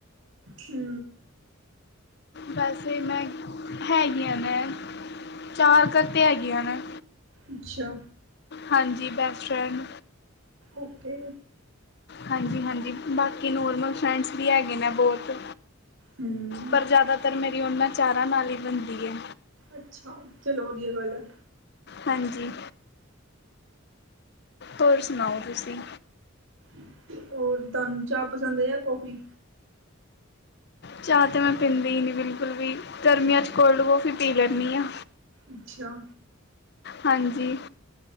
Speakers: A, on the right; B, on the left.
A: ਹੂ
B: ਵੈਸੇ ਮੈਂ ਹੈਗੀ ਆਂ ਮੈਂ, ਚਾਰ ਘਟੇ ਹੈਗੀ ਆਂ ਮੈਂ
A: ਅੱਛਾ
B: ਹਾਂਜੀ ਬੈਸਟ ਫ੍ਰੈਂਡ
A: ਓਕੇਂ
B: ਹਾਂਜੀ ਹਾਂਜੀ ਬਾਂਕੀ ਨੋਰਮਲ ਫਰੈਂਡਸ ਵੀ ਹੈਗੇ ਨੇ ਬਹੁਤ
A: ਹੂੰ
B: ਪਰ ਜ਼ਿਆਦਾਤਰ ਮੇਰੀ ਉਨਾਂ ਚਾਰਾਂ ਨਾਲ਼ ਹੀਂ ਬਣਦੀ ਹੈ
A: ਅੱਛਾ ਚਲੋਂ ਵਧੀਆਂ ਗੱਲ ਹੈਂ
B: ਹਾਂਜੀ ਹੋਰ ਸੁਣਾਓ ਤੁਸੀਂ
A: <inaudible> ਹੋਰ ਤੁਹਾਨੂੰ ਚਾਹ ਪਸੰਦ ਹੈ ਯਾ ਕੌਫ਼ੀ
B: ਚਾਹ ਤੇ ਮੈਂ ਪੀਂਦੀ ਹੀ ਨੀ ਬਿਲਕੁੱਲ ਵੀ, ਗਰਮੀਆਂ ਚ ਕੋਲਡ ਕੋਫ਼ੀ ਪੀ ਲੈਂਨੀ ਆਂ
A: ਅੱਛਾ।
B: ਹਾਂਜੀ